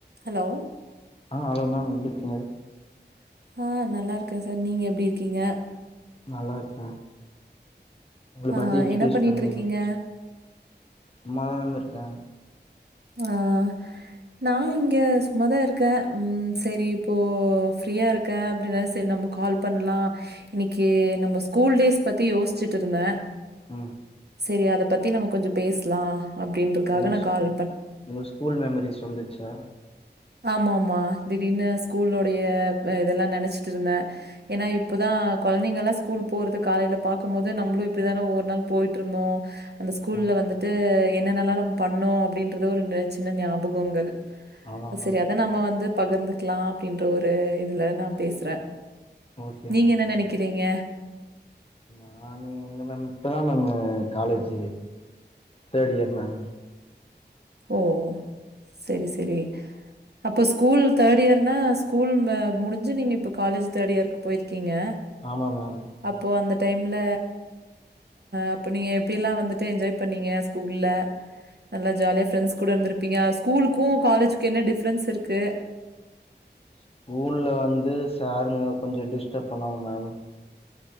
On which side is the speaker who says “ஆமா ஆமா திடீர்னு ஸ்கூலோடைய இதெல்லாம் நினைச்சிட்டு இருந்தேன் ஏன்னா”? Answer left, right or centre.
Right